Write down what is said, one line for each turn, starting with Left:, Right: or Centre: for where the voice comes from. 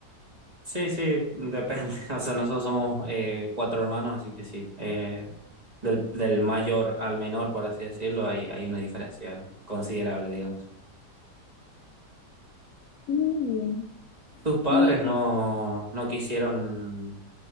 Right: Sí, sí, depende. <laughs> O sea, nosotros somos eh, cuatro hermanos, así que sí. eh, del, del mayor al menor, por así decirlo, hay, hay una diferencia considerable, digamos.
Left: Muy bien.
Right: ¿Tus padres
Left: y
Right: no, no quisieron